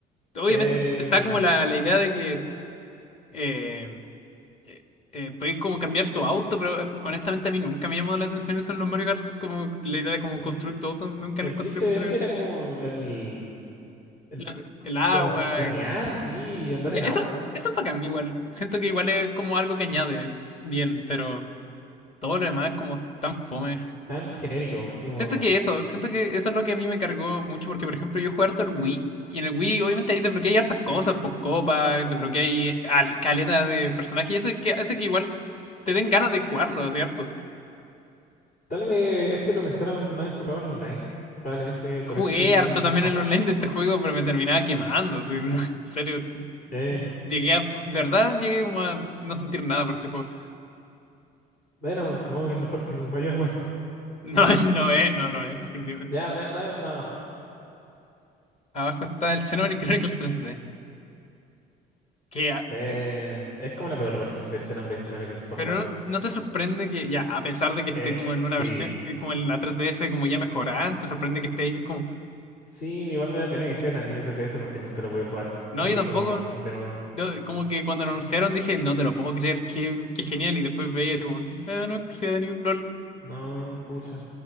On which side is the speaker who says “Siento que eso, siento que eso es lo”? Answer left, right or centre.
Left